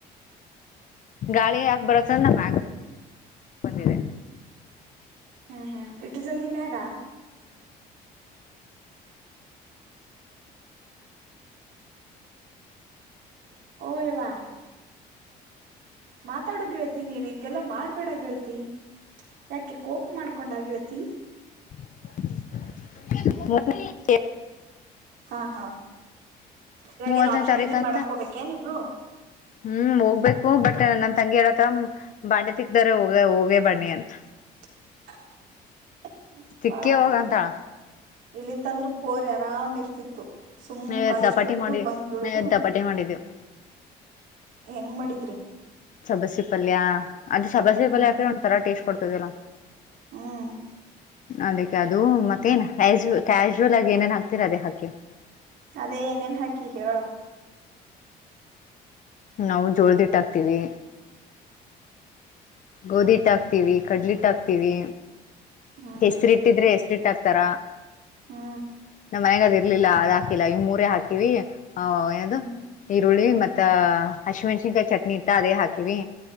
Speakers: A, on the left; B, on the right.
A: ಗಾಳಿ ಯಾಕ್ ಬರುತ್ತಂದ ನಮ್ ಬಂದಿದೆ.
B: ಹ್ಮ್ ಹ್ಮ್ ಇಟ್ಟು ಜಲ್ದಿ ಮ್ಯಗ. ಓಯವ. ಮಾತಾಡು ಗೆಳ್ತಿ ನೀನ್ ಹಿಂಗೆಲ್ಲಾ ಮಾಡ್ಬೇಡ ಗೆಳ್ತಿ ಯಾಕೆ ಕೋಪ ಮಾಡ್ಕೊಂಡಾಗಿಳತಿ.
A: <unintelligible>
B: ಹಾ ಹಾ ಇವಾಗ್
A: ಮೂವತ್ತನೇ
B: ಏನ್ ಆಪ್ಷನ್
A: ತಾರೀಕು
B: ಎಂಟ್ರಿ
A: ಅಂತ
B: ಮಾಡಕ್ ಹೋಗಬೇಕೇನಿಬ್ರು.
A: ಹ್ಮ್ ಹೋಗ್ಬೇಕು ಬಟ್ ನನ್ ತಂಗಿ ಏಳತಾಳ್ ಬಾಂಡೆ ತಿಕ್ದರೆ ಹೋಗೆ ಹೋಗೇ ಬನ್ನಿ ಅಂತ.
B: <unintelligible>
A: ತಿಕ್ಕಿ
B: ಪಾಪ್
A: ಹೋಗಂತಾಳ.
B: ಹುಡ್ಗಿ ಇಲ್ಲಿತ್ತಂದ್ರ ಪೋರ್ ಏರಾಮ್ ಇರ್ತಿತ್ತು. ಸುಮ್
A: ನಾ ಇವತ್
B: ಕಾಲೇಜ್ಗೆ
A: ದಪಾಟಿ
B: ಹೋಗುದು
A: ಮಾಡಿ
B: ಬಂದ್ ಬಿಡುದು
A: ನಾ ಇವತ್ ದಪಾಟಿ ಮಾಡಿದೀವಿ
B: ಹೆಂಗ್ ಮಾಡಿದ್
A: ಸಬ್ಬಸಿ ಪಲ್ಯ ಅದ್ ಸಬಸಿ ಪಪಲ್ಯಾಕ
B: ಹ್ಮ್
A: ಒಂತರ ಟೇಸ್ಟ್ ಕೊಡ್ತದಲ್ಲ.
B: ಹ್ಮ್
A: ಅದಕ್ಕೆ ಅದು ಮತ್ತೇನ ಕ್ಯಾಸ್ ಕ್ಯಾಶುವಲ್ ಆಗಿ ಏನೇನ್ ಹಕ್ತಿರಾ ಅದೇ ಹಾಕಿನ್.
B: ಅದೇ ಏನೇನ್ ಹಾಕಿ ಹೇಳು.
A: ನಾವು ಜೋಳದ ಇಟ್ಟಾಕ್ತಿವಿ. ಗೋಧಿ ಹಿಟ್ಟ ಹಾಕ್ತಿವಿ ಕಡ್ಲಿಟ್ಟ ಹಾಕ್ತಿವಿ
B: ಹ್ಮ್
A: ಹೆಸ್ರಿಟ್ಟಿದ್ರೆ ಹೆಸ್ರಿಟ್ ಟಸ್ತರ
B: ಹ್ಮ
A: ಮನ್ಯಗದ್ ಇರ್ಲಿಲ್ಲ ಅದ್ ಹಾಕಿಲ್ಲ ಈ ಮೂರೆ ಹಾಕಿವಿ ಹ ಏನದು.
B: ಹ್ಮ್
A: ಈರುಳ್ಳಿ ಮತ್ತ ಹಸಿಮೆಣ್ಸಿನ್ಕಾಯಿ ಚಟ್ನಿ ಇತ್ತ ಅದೇ ಹಾಕಿವಿ.